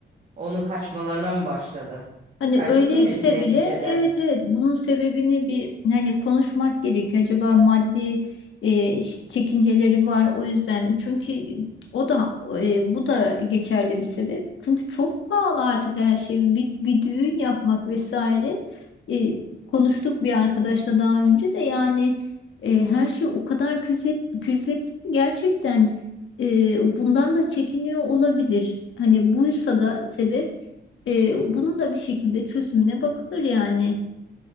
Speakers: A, on the right (about 45°); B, on the left (about 80°).
A: Onun kaçmalarına mı başladı?
B: Hani
A: Erkek
B: öyleyse
A: milleti neticede.
B: bile evet evet bunun sebebini bir hani konuşmak gerekiyor. Acaba maddi e, ş- çekinceleri var o yüzden mi? Çünkü o da e, bu da geçerli bir sebep. Çünkü çok pahalı artık her şey. Bir, bir düğün yapmak vesaire. E, konuştuk bir arkadaşla daha önce de yani e, her şey o kadar külfet, külfetli ki gerçekten e, bundan da çekiniyor olabilir. Hani buysa da sebep Ee, bunun da bir şekilde çözümüne bakılır yani.